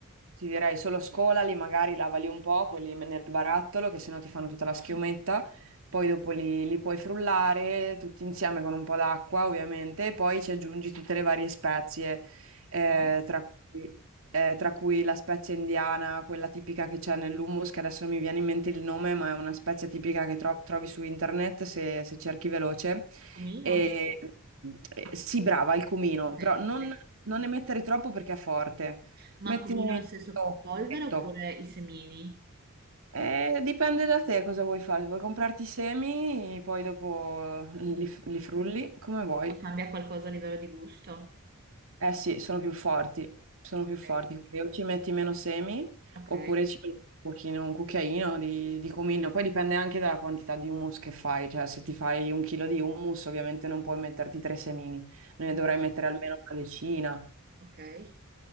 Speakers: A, on the right (about 65°); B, on the right (about 45°).
A: Ti direi solo scolali, magari lavali un po', quelli nel barattolo, che sennò ti fanno tutta la
B: Ok.
A: schiumetta. Poi dopo li, li puoi frullare tutti insieme con un po' d'acqua, ovviamente, e poi ci aggiungi tutte le varie spezie, eh,
B: Cioè,
A: tra cui, eh, tra cui la spezia indiana, quella tipica che c'è nell'hummus, che adesso non mi viene in mente il nome, ma è una spezia tipica che tro- trovi su internet se, se cerchi veloce.
B: cumino?
A: E, eh, sì, brava, il cumino,
B: Ok,
A: però non,
B: ok.
A: non ne mettere troppo perché è forte.
B: Ma
A: Mettine
B: cumino nel
A: il
B: senso polvere
A: pacchetto.
B: oppure i semini?
A: Eh, dipende da te cosa vuoi fare. Vuoi comprarti i semi, poi dopo li,
B: Ma
A: li frulli come vuoi.
B: cambia qualcosa a livello di gusto?
A: Eh sì, sono più forti, sono
B: Ok,
A: più forti. Quindi o ci metti meno semi,
B: ok,
A: oppure ci metti un pochino, un cucchiaino di, di cumino. Poi dipende anche dalla quantità di hummus che fai. Cioè, se ti fai un chilo di hummus, ovviamente non puoi metterti tre semini, ne
B: ok,
A: dovrai mettere almeno una decina.
B: ok.